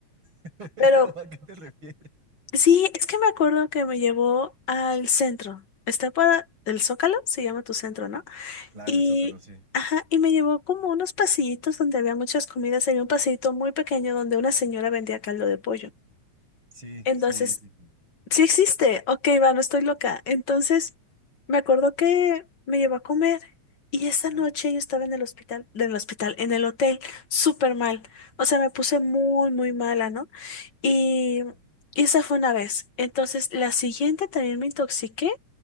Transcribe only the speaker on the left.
Pero
sí, es que me acuerdo que me llevó al centro. Está para el Zócalo, se llama tu centro, ¿no?
Y,
ajá, y me llevó como unos pasillitos donde había muchas comidas. Había un pasillito muy pequeño donde una señora vendía caldo de pollo.
Entonces,
sí existe. Ok, va, no estoy loca. Entonces, me acuerdo que me llevó a comer. Y esa
noche yo estaba en el hospital, en el hospital, en el hotel, súper mal. O sea, me puse muy, muy mala, ¿no? Y,
y esa fue una vez. Entonces, la siguiente también me intoxiqué.